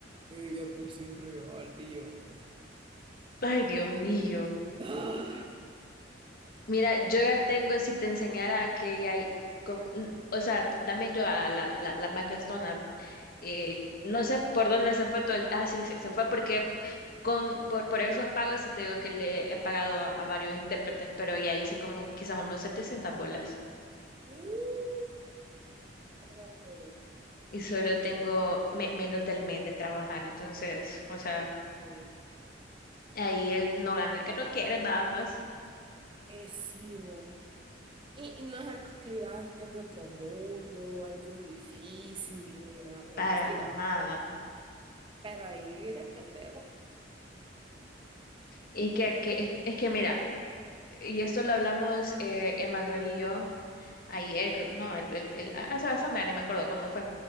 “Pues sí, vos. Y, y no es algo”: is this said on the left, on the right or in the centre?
Right